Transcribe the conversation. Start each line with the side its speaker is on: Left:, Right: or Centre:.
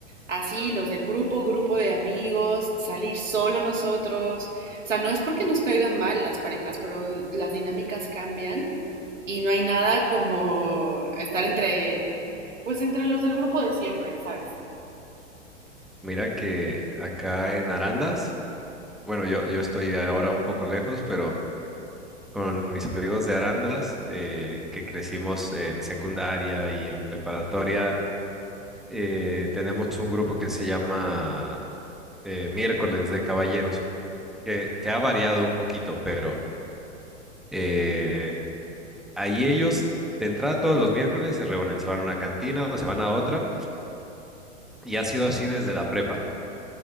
Right: así los del grupo, grupo de amigos, salir solo nosotros, o sea, no es porque nos caigan mal las parejas, pero las dinámicas cambian y no hay nada como estar entre, pues entre los del grupo de siempre, ¿sabes?
Centre: Mira que acá en Arandas, bueno, yo, yo estoy ahora un poco lejos, pero con mis amigos de Arandas, eh, que crecimos en secundaria y en preparatoria, eh, tenemos un grupo que se llama eh, Miércoles de Caballeros, que, que ha variado un poquito, pero eh, ahí ellos de entrada todos los miércoles se reúnen, se van a una cantina o se van a otra Y ha sido así desde la prepa.